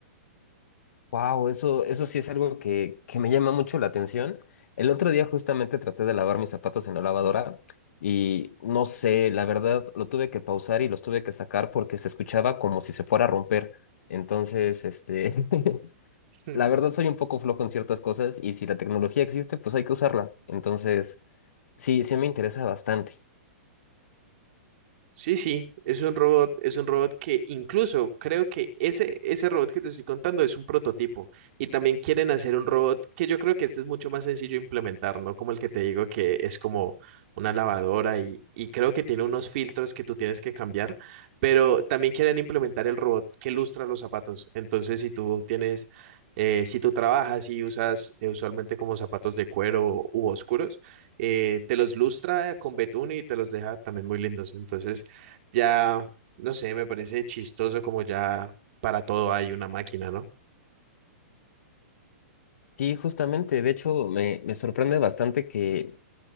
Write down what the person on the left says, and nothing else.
Wow, eso, eso sí es algo que, que me llama mucho la atención. El otro día justamente traté de lavar mis zapatos en la lavadora y no sé, la verdad lo tuve que pausar y los tuve que sacar porque se escuchaba como si se fuera a romper. Entonces, este, <laughs>
la verdad soy un poco flojo en ciertas cosas y si la tecnología existe, pues hay que usarla. Entonces, sí, sí me interesa bastante.
Sí, justamente, de hecho, me, me sorprende bastante que